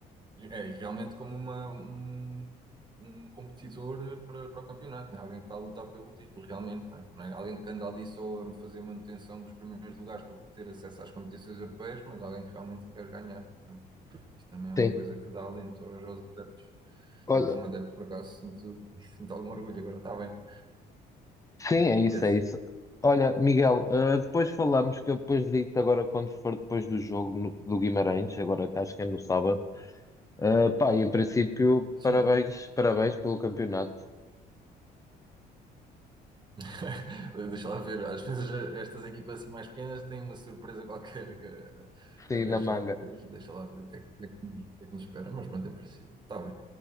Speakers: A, on the right (about 25°); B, on the left (about 20°).
A: é é realmente como uma, um, um competidor para, para o campeonato, né? Alguém que está a lutar pelo título, realmente, né? Não é alguém que anda ali só a fazer manutenção dos primeiros lugares para ter acesso às competições europeias, mas alguém que realmente quer ganhar. Pronto. Isto também é uma
B: Sim.
A: coisa que dá alento aos, aos adeptos.
B: Olha,
A: E eu, como adepto, por acaso, sinto, <laughs> sinto algum orgulho. Agora está bem.
B: Sim, é isso,
A: E é assim.
B: é isso. Olha, Miguel, ah, depois falamos que eu depois ligo-te agora quando for depois do jogo no- do Guimarães, agora que acho que é no sábado. Ah, pá, e em princípio,
A: Sim.
B: parabéns, parabéns pelo campeonato.
A: <laughs> Deixa lá ver, às vezes estas equipas assim mais pequenas têm uma surpresa qualquer que-
B: Sim,
A: a deixar,
B: na manga.
A: depois deixa lá ver o que é que, o que é que nos o que é que nos espera, mas pronto, é preciso. Está bem.